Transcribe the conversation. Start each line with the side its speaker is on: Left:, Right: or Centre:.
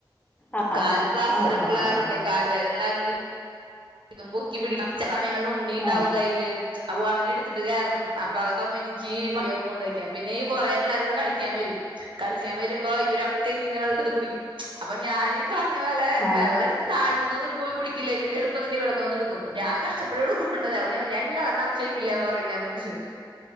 Left: ആഹ്
Right: കാല് പാസ്റ്ററിട്ടുള്ള
Left: ആഹ് ആഹ് ആഹ്
Right: കാര്യമുണ്ട്
Left: ആഹ്
Right: കാല വേദന ഉണ്ടായോണ്ട് ഇതും പൊക്കി പിടിക്ക <unintelligible> ഉണ്ണി ഉണ്ടാവും
Left: ആഹ്
Right: കയ്യില് അപ്പൊ അവനെടുത്തിട്ട് കേറണം അപ്പൊ അതൊക്കമ്മനി ഈ മയോം കൊണ്ട് വയ്ക്കാം പിന്നെ ഈ കൊറെേ പിള്ളേരൂടെ കളിക്കാൻ വരും കളിക്കാൻ വരുമ്പോ ഇവരൊക്കെ ഇതീന്ന് വെള്ളട്ത്ത്കുടിക്കും അപ്പൊ ഞായി പറഞ്ഞ പോലെ
Left: ആഹ്
Right: വെള്ളടുത്ത് താഴത്ത്ന്നവര് പോയി കുടിക്കില്ലേ ഇവന് പ്പതിന് വ്ടന്ന് വന്ന്ടുക്കും ഞ്ഞാകഷ് <unintelligible> കൊണ്ടതഅപ്പ ഞാൻ പറഞ്ഞ് ഞാൻ ഇനി വെള്ളം നിറച്ച് വെക്കില്ലന്ന് പറന്നിട്ട്